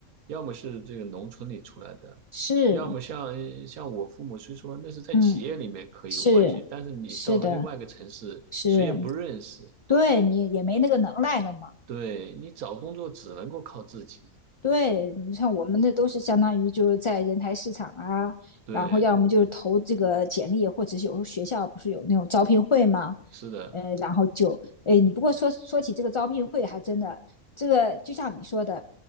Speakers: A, on the right; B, on the left.
A: 要么是这个农村里出来的，
B: 是，
A: 要么像像我父母，虽说那是在企业里面可以有关系，
B: 嗯，是，
A: 但是你到了另外一个城市，
B: 是的，是，
A: 谁也不认识，
B: 对你也没那个能耐了嘛。
A: 对，你找工作只能够靠自己，
B: 对你像我们的都是相当于就是在人才市场啊，
A: 对，
B: 然后要么就是投这个简历，或者是有时候学校不是有那种招聘会嘛，
A: 是的。
B: 呃，然后就，哎，你不过说说起这个招聘会，还真的，这个就像你说的，